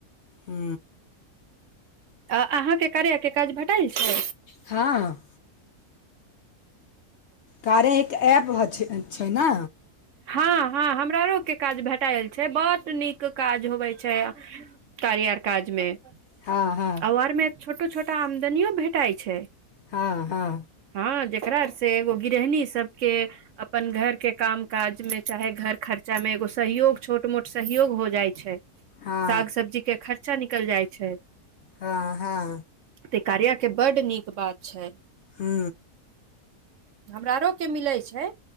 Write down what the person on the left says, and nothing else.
हू
हँ कारे एक ऐप छै छै न
हँ हँ
हँ हँ
हँ
हँ हँ
हू